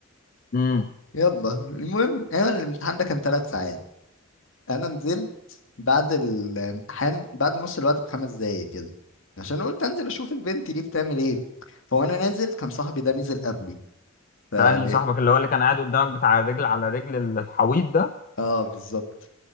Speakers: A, on the left; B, on the left.
A: امم
B: يلا المهم أنا الامتحان ده كان ثلاث ساعات أنا نزلت بعد الامتحان بعد نص الوقت بخمس دقايق كده عشان قلت انزل اشوف البنت دي بتعمل ايه فوانا نازل كان صاحبي ده نزل قبلي فقال-
A: تاني صاحبك اللي هو اللي كان قاعد قدامك بتاع الرجل على رجل الحويط ده
B: اه بالظبط